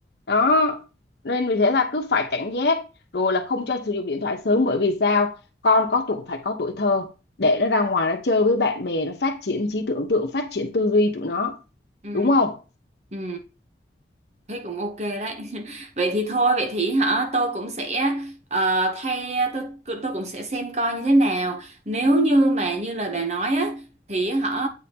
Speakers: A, on the left; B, on the right.
A: đó nên vì thế là cứ phải cảnh giác rồi là không cho sử dụng điện thoại sớm bởi vì sao con có tuổi phải có tuổi thơ để nó ra ngoài nó chơi với bạn bè nó phát triển trí tưởng tượng phát triển tư duy tụi nó
B: ừ
A: đúng không
B: ừ Thế cũng ok đấy. <laughs> Vậy thì thôi, vậy thì hả, tôi cũng sẽ ờ, thay tôi tôi cũng sẽ xem coi như thế nào. Nếu như mà như lời bà nói á thì họ